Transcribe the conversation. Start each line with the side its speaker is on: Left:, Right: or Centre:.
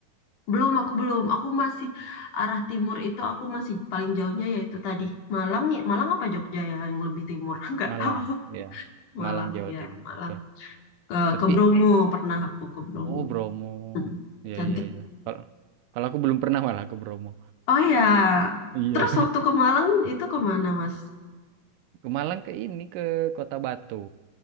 Left: Belum, aku belum. Aku masih arah timur itu aku masih paling jauhnya yaitu tadi Malang ya. Malang apa Jogja ya yang lebih timur? <laughs> Enggak
Right: Malang,
Left: tahu.
Right: ya.
Left: Malang
Right: Malang Jawa
Left: ya,
Right: Timur,
Left: Malang.
Right: betul.
Left: Ke
Right: Tapi
Left: ke Bromo pernah aku ke Bromo.
Right: oh Bromo,
Left: Mm,
Right: iya
Left: Cantik.
Right: iya iya. Kalau kalau aku belum pernah malah ke Bromo.
Left: Oh ya.
Right: Iya.
Left: Terus waktu ke Malang itu kemana Mas?
Right: Ke Malang ke ini ke Kota Batu.